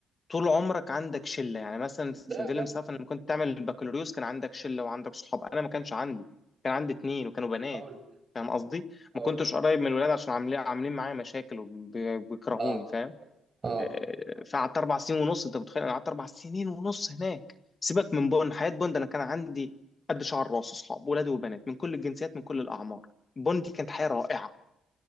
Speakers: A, on the left; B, on the right.
A: طول عمرك عندك شله يعني مثلا في
B: لا
A: فيلم
B: لا
A: سافن لما كنت تعمل البكالوريوس كان عندك شله وعندك صحاب انا ما كانش عندي كان عندي اتنين وكانوا بنات
B: اقول لك
A: فاهم قصدي
B: اقول
A: ما كنتش
B: لك
A: قريب من الولاد عشان عاملين عاملين معايا مشاكل وبيكرهوني
B: اه
A: فاهم
B: اه
A: آه، فقعدت اربع سنين ونص انت متخيل انا قعدت اربع سنين ونص هناك سيبك من بون حياه بون ده انا كان عندي قد شعر راس اصحاب ولاد وبنات من كل الجنسيات من كل الاعمار بون دي كانت حياه رائعه